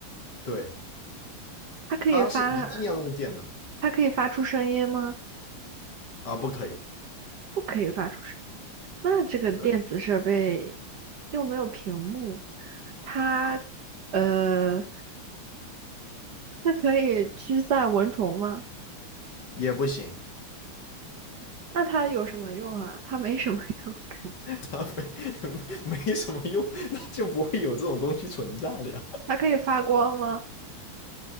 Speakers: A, on the left; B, on the right.
A: 对，
B: 它可以发，
A: 它是一定要用电的
B: 它可以发出声音吗？
A: 啊，不可以，
B: 不可以发出声音那这个电子设备
A: 对，
B: 又没有屏幕，它呃，它可以驱散蚊虫吗？
A: 也不行，
B: 那它有什么用啊？它没什么用，感觉。
A: <laughs> 它没没什么用，那就不会有这种东西存在了呀。
B: 它可以发光吗？